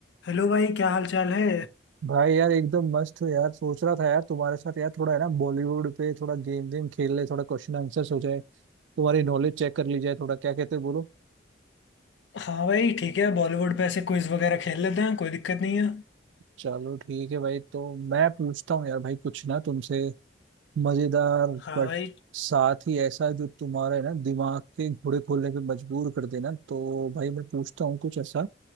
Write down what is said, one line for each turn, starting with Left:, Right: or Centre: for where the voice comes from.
Left: Hello भाई क्या हाल चाल है
Right: भाई यार एकदम मस्त हो यार सोच रहा था यार तुम्हारे साथ यार थोड़ा है ना बॉलीवुड पे थोड़ा गेम वेम खेल ले थोड़ा क्वेश्चन आंसर्स हो जाए तुम्हारी नॉलेज चेक कर ली जाए थोड़ा क्या कहते हो बोलो
Left: हाँ भाई ठीक है बॉलीवुड पे ऐसे क्विज वगैरह खेल लेते हैं कोई दिक्कत नहीं है
Right: चलो ठीक है भाई तो मैं पूछता हूँ यार भाई कुछ ना तुमसे मजेदार
Left: हाँ
Right: बट
Left: भाई
Right: साथ ही ऐसा जो तुम्हारे ना दिमाग के घोड़े खोलने पे मजबूर कर देना तो भाई मैं पूछता हूँ कुछ ऐसा